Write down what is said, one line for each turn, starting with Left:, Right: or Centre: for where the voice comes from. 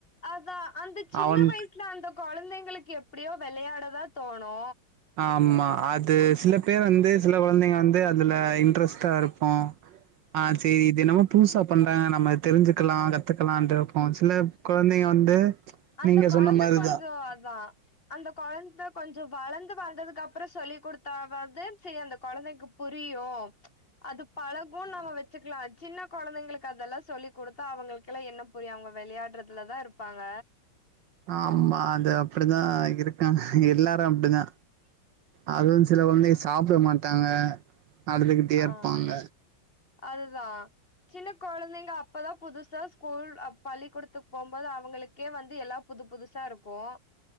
Left: அதா அந்த சின்ன
Right: அவன்
Left: வயசுல அந்த கொழந்தைங்களுக்கு எப்பிடியோ வெளையாடதா தோணு
Right: ஆமா அது சில பேர் வந்து சில கொழந்தைங்க வந்து அதுல இன்ட்ரெஸ்டாருக்கு ஆ செரி இது என்னமோ புதுசா பண்றாங்க நம்ம தெரி்சுக்கலா கத்துக்கலா இருப்போ சில கொழந்தைங்க வந்து
Left: அந்த
Right: நீங்க
Left: கொழந்த
Right: சொன்ன மாரிதா
Left: கொஞ்சோ அதா அந்த கொழந்த கொஞ்சோ வளந்து வளந்ததுக்கு அப் புறோ சொல்லி் குடுத்தாவது செரி அந்த கொழந்தைக்கு புரியு அது பழகுன் நாம வெச்சுக்கலா சின்ன கொழந்தைங்களுக்கு அதெல்லா சொல்லி் குடுத்தா அவங்களுக்கெல்லா என்ன புரியு அவங்க வெளையாடுறதுலதா இருப்பாங்க
Right: ஆமா அது அப்படிதா இருக்காங்க எல்லாரு அப்படிதா அதுவு சில கொழந்தைங்க சாப்ட மாட்டாங்க அழுதுகிட்டே
Left: ஆ
Right: இருப்பாங்க
Left: அதுதா சின்ன கொழந்தைங்க அப்பதா புதுசா ஸ்கூல் ஆ பள்ளிக்கூடத்துக்கு போம்போது அவங்களுக்கே வந்து எல்லா புது புதுசாருக்கு <inaudible>